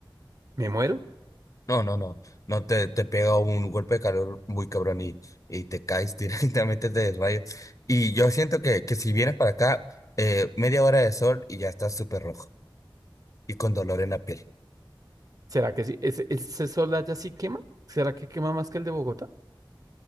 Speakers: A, on the right (about 45°); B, on the left (about 40°).
A: Me muero.
B: No, no, no, no te, te pega un golpe de calor muy cabrón y, y te caes <laughs> directamente te desmayas Y yo siento que, que si vienes para acá, eh, media hora de sol y ya estás súper rojo y con dolor en la piel.
A: ¿Será que sí? ¿Ese, ese sol allá sí quema? ¿Será que quema más que el de Bogotá?